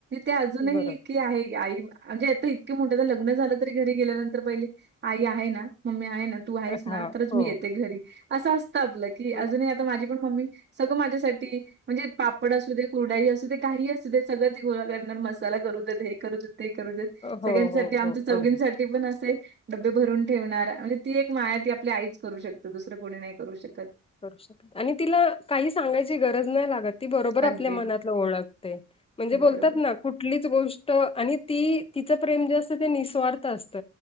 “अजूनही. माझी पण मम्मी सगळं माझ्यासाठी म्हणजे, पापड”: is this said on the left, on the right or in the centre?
Right